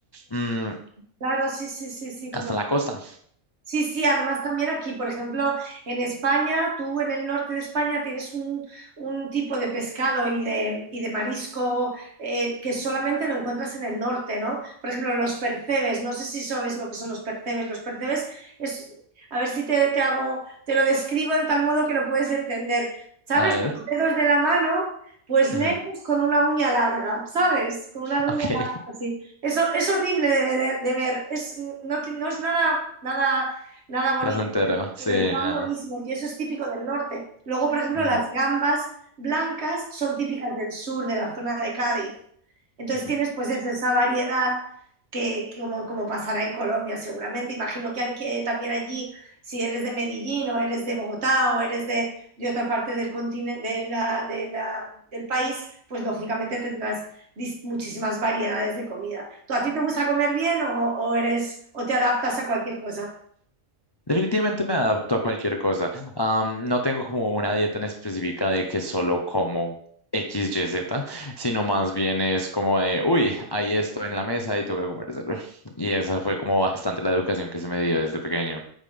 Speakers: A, on the left; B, on the right.
A: Mm,
B: claro, sí, sí, sí, sí, como...
A: hasta la costa.
B: Sí, sí, además también aquí, por ejemplo, en España, tú en el norte de España tienes un, un tipo de pescado y de, y de marisco eh, que solamente lo encuentras en el norte, ¿no? Por ejemplo, los percebes, no sé si sabes lo que son los percebes. Los percebes es, a ver si te, te hago, te lo describo de tal modo que lo puedes entender. ¿Sabes?
A: A ver,
B: Los dedos de la mano, pues
A: ujú,
B: negros con una uña larga, ¿sabes? Con una
A: Ok,
B: uña larga
A: <laughs>
B: así. Eso es horrible de ver, de ver. Es, no, ti- no es nada, nada nada bonito,
A: placentero, sí,
B: pero están
A: nada.
B: buenísimos y eso es típico del norte. Luego, por ejemplo,
A: Mm,
B: las gambas blancas son típicas del sur, de la zona de Cádiz. Entonces
A: ujú.
B: tienes pues eso, esa variedad que, que como, como pasará en Colombia seguramente. Imagino que aunque también allí, si eres de Medellín o eres de Bogotá o eres de, de otra parte del continente, de la- de la- del país, pues lógicamente tendrás dis- muchísimas variedades de comida. ¿Tú a ti te gusta comer bien o, o eres o te adaptas a cualquier cosa?
A: Definitivamente me adapto a cualquier cosa. Am, no tengo como una dieta en específica de que solo como X, Y, Z, sino más bien es como de, uy, hay esto en la mesa y tengo que comérselo. Y esa fue como bastante la educación que se me dio desde pequeño.